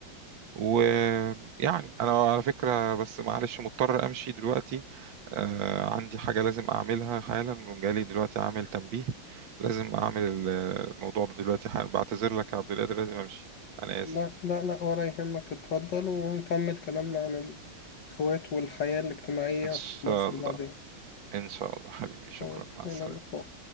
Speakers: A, on the right; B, on the left.
A: ويعني انا على فكره بس معلش مضطر امشي دلوقتي آه عندي حاجه لازم اعملها حالا جالي دلوقتي عامل تنبيه لازم اعمل ال- الموضوع ده دلوقتي حالا بعتذر لك يا عبد القادر لازم امشي انا
B: لا
A: اسف
B: لا لا ولا يهمك اتفضل ونكمل كلامنا عن الإخوات والحياة الاجتماعية
A: ان شاء
B: في مصر
A: الله
B: بعدين
A: ان شاء الله حبيبي شكرا
B: تمام
A: مع
B: إلى
A: السلامه
B: اللقاء